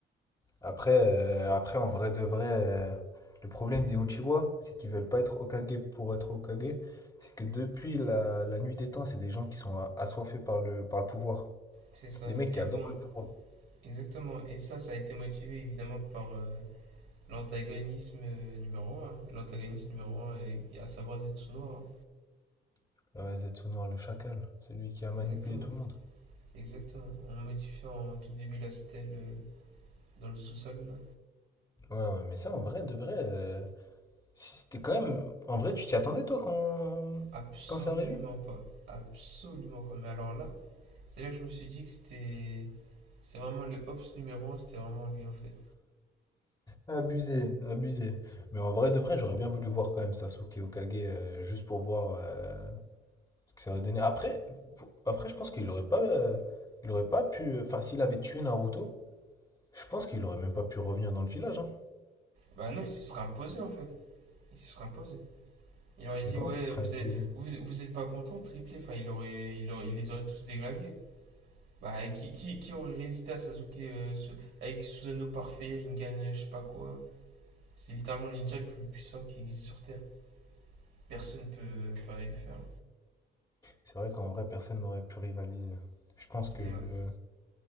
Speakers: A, on the left; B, on the right.
A: Après, euh, après en vrai de vrai, euh, le problème des Uchiwa, c'est qu'ils veulent pas être Hokage pour être Hokage. C'est que depuis la, la nuit des temps, c'est des gens qui sont a- assoiffés par le, par le pouvoir.
B: C'est ça.
A: Des mecs
B: Et
A: qui adorent
B: bon,
A: le pouvoir.
B: exactement. Et ça, ça a été motivé évidemment par euh, l'antagonisme euh, numéro un hein. L'antagonisme numéro un est, à savoir Zetsuno. hein.
A: Ouais, Zetsunor le chacal, celui qui a manipulé
B: Exactement.
A: tout le monde.
B: Exactement. En modifiant au tout début la stèle euh, dans le sous-sol, là.
A: Ouais, ouais, mais ça en vrai, de vrai, euh, si c'était quand même. En vrai, tu t'y attendais toi quand.
B: Absolument
A: Quand c'est arrivé?
B: pas. Absolument pas. Mais alors là, c'est là que je me suis dit que c'était. C'est vraiment le Hobbs numéro un c'était vraiment lui en fait.
A: Abusé, abusé. Mais en vrai, de vrai, j'aurais bien voulu voir quand même Sasuke Hokage euh, juste pour voir euh, ce que ça aurait donné. Après, pour- après je pense qu'il aurait pas. euh, il aurait pas pu. Enfin, s'il avait tué Naruto, je pense qu'il aurait même pas pu revenir dans le village, hein.
B: Bah non, il se serait imposé en fait. Il se serait imposé. Il aurait dit,
A: Mais comment
B: ouais,
A: ça, il se serait
B: vous
A: imposé?
B: êtes, vous, vous êtes pas content, triplé. Enfin, il aurait, il aurait, il les aurait tous déglingués. Bah, et qui, qui, qui aurait résisté à Sasuke euh, ce- avec Susanoo parfait, Ringan, euh, je sais pas quoi. C'est littéralement le ninja le plus puissant qui existe sur Terre. Personne peut, peut lui faire.
A: C'est vrai qu'en vrai, personne n'aurait pu rivaliser. Je pense que.
B: Et
A: euh,
B: ouais,